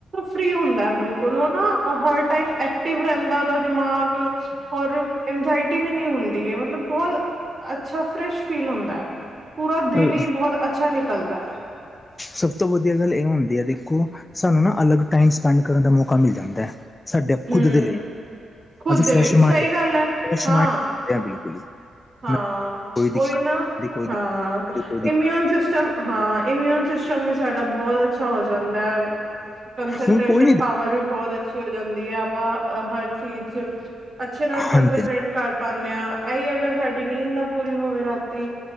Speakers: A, on the right (about 40°); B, on the left (about 20°).
A: ਫਰੀ ਹੁੰਦਾ ਬਿਲਕੁਲ ਉਹ ਨਾ ਹਰ ਟੈਮ ਐਕਟਿਵ ਰੈਂਦਾ ਦਿਮਾਗ ਹੋਰ ਇੰਜਾਇਟੀ ਵੀ ਨੀ ਹੁੰਦੀ ਹੈ ਮਤਲਬ ਬੋਤ ਅੱਛਾ ਫਿਲ ਫੀਲ ਹੁੰਦਾ ਹੈ ਪੂਰਾ ਦਿਨ
B: ਅਹ,
A: ਹੀ ਬੋਤ ਅੱਛਾ ਨਿਕਲਦਾਏ
B: ਸਭ ਤੋਂ ਵਧੀਆ ਗੱਲ ਇਹ ਹੁੰਦੀ ਹੈ ਦੇਖੋ ਸਾਨੂੰ ਨਾ ਅਲੱਗ ਟਾਈਮ ਸਪੈਂਡ ਕਰਨ ਦਾ ਮੌਕਾ ਮਿਲ ਜਾਂਦਾ ਹੈ। ਸਾਡੇ
A: ਹਮ
B: ਖੁਦ ਦੇ ਲਈ,
A: ਖੁਦ
B: ਅਸੀ
A: ਦੇ
B: ਫਰੈਸ਼
A: ਲਈ ਸਹੀ
B: ਮਾਇੰਡ ਫਰੈਸ਼
A: ਗੱਲ ਹੈ ਹਾਂ।
B: ਮਾਇੰਡ ਹੋ ਜਾਂਦਾ ਬਿਲਕੁਲ ਹੀ।
A: ਹਾਂ
B: ਨਾ ਕੋਈ ਦਿੱਕਤ
A: ਉਹੀ ਨਾ,
B: ਕਦੇ ਕੋਈ ਦਿੱਕਤ
A: ਹਾਂ
B: ਕਦੇ ਕੋਈ ਦਿੱਕਤ
A: ਇਮਿਊਨ ਸਿਸਟਮ ਹਾਂ ਇਮਿਊਨ ਸਿਸਟਮ ਵੀ ਸਾਡਾ ਬੋਤ ਅੱਛਾ ਹੋ ਜਾਂਦਾ ਹੈ। ਕੰਸਟ੍ਰੇਸ਼ਨ
B: ਹੁਣ ਕੋਈ ਨੀ
A: ਪਾਵਰ ਵੀ ਬੋਤ ਅੱਛੀ ਹੋ ਜਾਂਦੀ ਹੈ ਆਪਾਂ ਹਰ ਚੀਜ਼ ਚ ਅੱਛੇ ਨਾਲ ਕੰਸਟਰੇੇਟ
B: ਹਾਂਜੀ
A: ਕਰ ਪਾਦੇ ਹਾਂ ਇਹੀ ਅਗਰ ਸਾਡੀ ਨੀਂਦ ਨਾ ਪੂਰੀ ਹੋਵੇ ਰਾਤੀ